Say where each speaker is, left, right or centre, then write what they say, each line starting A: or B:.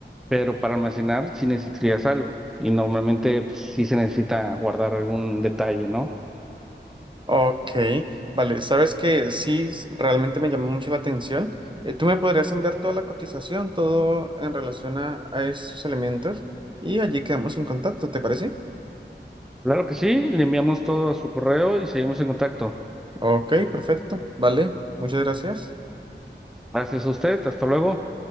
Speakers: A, in the centre; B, on the right.
A: pero para almacenar sí necesitarías algo y normalmente pues, sí se necesita guardar algún detalle, ¿no?
B: Ok, vale, sabes que sí, s- realmente me llamó mucho la atención. Eh, tú me podrías enviar toda la cotización, todo en relación a, a estos elementos y allí quedamos en contacto, ¿te parece?
A: Claro que sí, le enviamos todo a su correo y seguimos en contacto.
B: Ok, perfecto, vale, muchas gracias.
A: Gracias a usted, hasta luego.